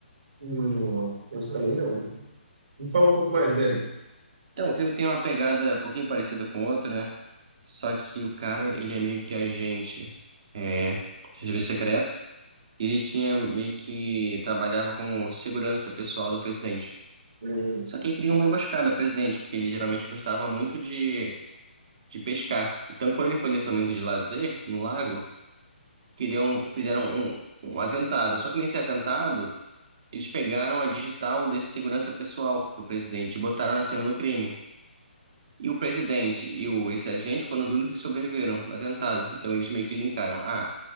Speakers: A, on the right; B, on the right.
A: hum, não, não. Esse também não. Me fala um pouco mais dele.
B: Então, o filme tem uma pegada um pouquinho parecida com outra, né? Só que o cara, ele é meio que agente, é, de serviço secreto. E ele tinha meio que trabalhava como segurança pessoal do presidente.
A: Hum,
B: Só que aí criou uma emboscada ao presidente, porque ele geralmente gostava muito de, de pescar. Então, quando ele foi nesse momento de lazer, no lago, queriam, fizeram um, um atentado. Só que nesse atentado, eles pegaram a digital desse segurança pessoal do presidente e botaram na cena do crime. E o presidente e o, esse agente foram os únicos que sobreviveram no atentado. Então eles meio que linkaram. Ah,